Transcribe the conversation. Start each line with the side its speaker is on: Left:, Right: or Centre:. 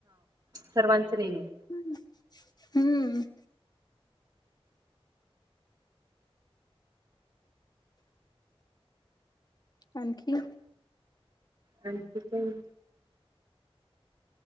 Right: सर्वांच नाही होतं.
Left: हुंहू हम्म आणखी
Right: आणखी काय नई